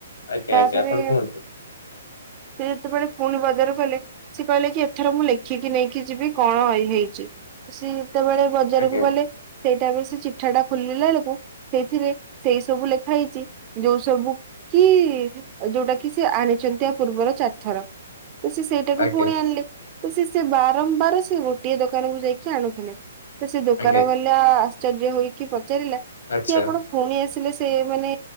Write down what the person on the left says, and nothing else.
ଆଜ୍ଞା
ଆଜ୍ଞା ଆପଣ କୁହନ୍ତୁ।
ଆଜ୍ଞା
ଆଜ୍ଞା
ଆଜ୍ଞା
ଆଚ୍ଛା